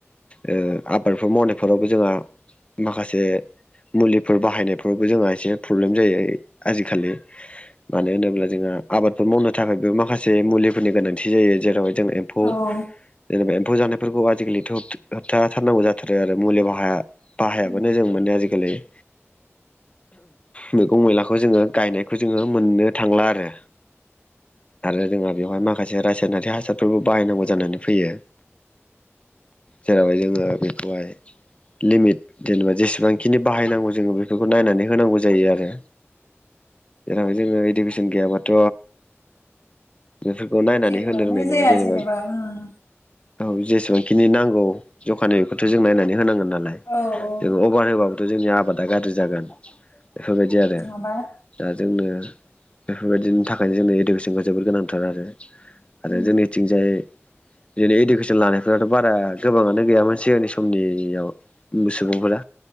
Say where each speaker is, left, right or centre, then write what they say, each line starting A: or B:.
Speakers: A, on the left; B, on the left.
A: ओ आबादफोर मावनायफोरावबो जोंहा माखासे मुलिफोर बाहायनायफोरावबो जोंहा एसे प्रब्लेम जायो आजिखालि मानो होनोब्ला जोंहा आबादफोर मावनो थाखायबो माखासे मुलिफोरनि गोनांथि जायो जेरावहाय जों एम्फौ
B: औ
A: जेनेबा एम्फौ जानायफोरखौ आजिखालि होब-होबथा हाथारनांगौ जाथारो आरो मुलि बाहा-बाहायाबानो
B: उम
A: जों मोनो आजिखालि <inaudible> मैगं मैलाखौ जोङो गायनायखौ जोङो मोननो थांला आरो आरो जोंहा बेवहाय माख माखासे रासायनारि हासारफोरबो बाहायनांगौ जानानै फैयो जेराव जोंङो बेखौहाय लिमिट जेनेबा जेसेबांखिनि बाहायनांगौ जोङो बेफोरखौ नायनानै होनांगौ जायो आरो जेराव जोङो इडुकेसन गैयाबाथ' बेफोरखौ नायनानै
B: जेबोआनो
A: होनो रोंनाय नङा
B: जाया
A: जेनेबा
B: उम
A: औ जेसेबां खिनि नांगौ जखानि बेखौथ' जों नायनानै होनांगोन नालाय
B: औ औ
A: जों अभार होब्लाबो थ' जोंनि आबादा गाज्रि जागोन बेफोरबायदि आरो
B: नङाबा
A: दा जोंनो बेफोरबायदिनि थाखायनो जोंनो इडुकेसनखौ जोबोद गोनांथार आरो आरो
B: उम
A: जोंनिथिंजाय बिदिनो इडुकेसन लानाय खोथाथ' बारा गोबाङानो गैयामोन सिगांनि समनियाव सुबुंफोरा